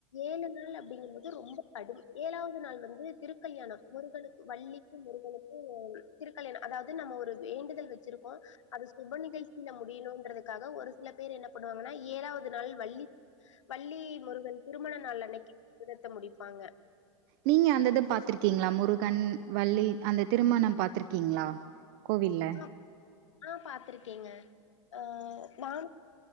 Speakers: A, on the left; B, on the right.
A: ஏழு நாள் அப்டிங்கும்போது ரொம்ப கடும் ஏழாவது நாள் வந்து திருக்கல்யாணம் முருகனுக்கு வள்ளி முருகனுக்கு திருக்கல்யாணோ அதாவ்து நம்ம ஒரு வேண்டுதல் வச்சிருக்கோ அது சுப நிகழ்ச்சில முடியணுன்றதுக்காக ஒரு சில பேர் என்ன பண்ணுவாங்கன்னா ஏழாவது நாள் வள்ளி வள்ளி முருகன் திருமண நாள் அன்னைக்கி விரதத்த முடிப்பாங்க
B: நீங்க அந்தத பாத்ருக்கீங்ளா முருகன் வள்ளி அந்த திருமணம் பாத்ருக்கீங்ளா கோவில்ல
A: ஆ ஆ பாத்ருக்கேங்க ஆ நான்